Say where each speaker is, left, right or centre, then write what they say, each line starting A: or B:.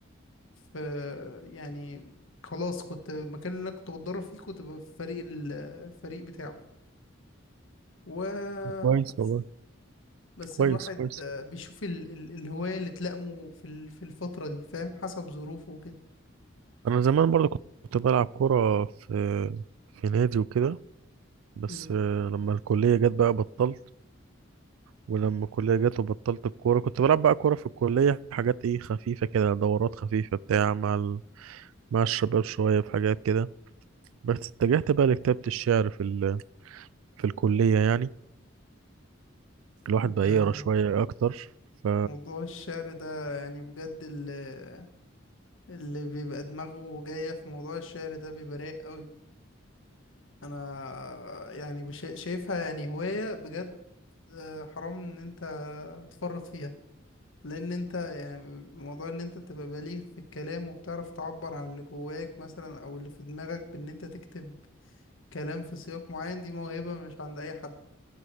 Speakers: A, on the left; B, on the right.
A: ف يعني خلاص كنت المكان اللي أنا كنت بتدرب فيه كنت ببقى في فريق ال- الفريق بتاعه وبس
B: كويس والله
A: بس
B: كويس
A: الواحد
B: كويس
A: آه، بيشوف ال... ال... الهواية اللي تلائمه في ال... في الفترة دي فاهم حسب ظروفه وكده
B: أنا زمان برضو كنت بلعب كرة في في نادي وكده بس
A: مم.
B: آه، لما الكلية جت بقى بطلت ولما الكلية جت وبطلت الكورة كنت بلعب بقى كورة في الكلية حاجات إيه خفيفة كده دورات خفيفة بتاع مع ال... مع الشباب شوية في حاجات كده بس اتجهت بقى لكتابة الشعر في ال... في الكلية يعني الواحد
A: ده
B: بقى يقرا شوية أكتر ف
A: موضوع الشعر ده يعني بجد اللي, اللي بيبقى دماغه جاية في موضوع الشعر ده بيبقى رايق قوي انا يعني بش... شايفها يعني هواية بجد آه، حرام ان انت تفرط فيها لان انت يعني موضوع ان انت تبقى بليغ في الكلام وبتعرف تعبر عن اللي جواك مثلا او اللي في دماغك بان انت تكتب كلام في سياق معين دي موهبة مش عند اي حد